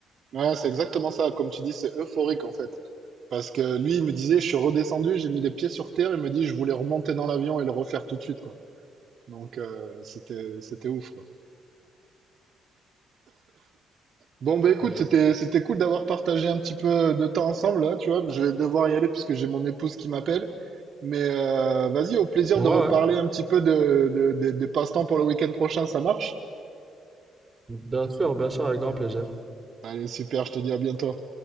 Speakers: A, on the right (about 55°); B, on the right (about 15°).
A: Ouais, c'est exactement ça. Comme tu dis, c'est euphorique, en fait. Parce que lui, il me disait, je suis redescendu, j'ai mis les pieds sur terre, il me dit, je voulais remonter dans l'avion et le refaire tout de suite, quoi. Donc, euh, c'était, c'était ouf, quoi. Bon, bah
B: je
A: écoute,
B: te jure.
A: c'était, c'était cool d'avoir partagé un petit peu de temps ensemble, là, tu vois. Je vais devoir y aller puisque j'ai mon épouse qui m'appelle. Mais euh, vas-y, au plaisir
B: Ouais,
A: de reparler
B: ouais.
A: un petit peu de, de, de- des passe-temps pour le week-end prochain, ça marche?
B: Bien sûr, bien sûr, avec grand plaisir.
A: Allez, super, je te dis à bientôt.